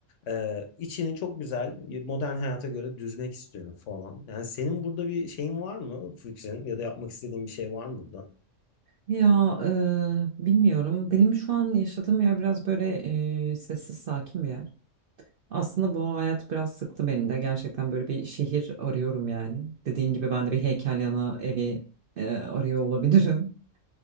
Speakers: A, on the left; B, on the right.
A: e, içini çok güzel modern hayata göre düzmek istiyorum falan. Yani senin burada bir şeyin var mı fikrin ya da yapmak istediğin bir şey var mı burada?
B: Ya e, bilmiyorum. Benim şu an yaşadığım yer biraz böyle e, sessiz, sakin bir yer. Aslında bu hayat biraz sıktı beni de. Gerçekten böyle bir şehir arıyorum yani. Dediğin gibi ben de bir heykel yanı evi e, arıyor olabilirim.